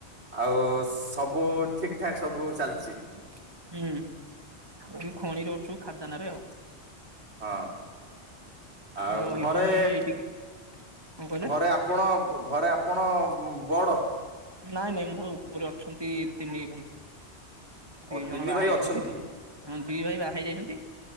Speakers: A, on the right; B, on the right.
A: ଆଉ ସବୁ ଠିକ ଠାକ ସବୁ ଚାଲିଛି।
B: <inaudible> ହୁଁ ଏଇ ଖଣିରେ ଅଛୁ ଖାଦାନରେ ଆଉ।
A: ହଁ ଆଉ
B: ରହିଲୁଣି
A: ଘରେ
B: ଏଇଠିକି କଣ କହିଲେ
A: ଘରେ ଆ ପଣ ଘରେ ଆପଣ ବଡ଼।
B: ନାଇଁ ନାଇଁ ମୋ ଉପରେ ଅଛନ୍ତି ତିନି ଭାଇ।
A: ଓ
B: ଦି ଜଣ
A: ତିନି
B: ବାହା
A: ଭାଇ
B: ହେଇଛନ୍ତି
A: ଅଛନ୍ତି।
B: ହଁ ଦି ଭାଇ ବାହା ହେଇ ଯାଇଛନ୍ତି।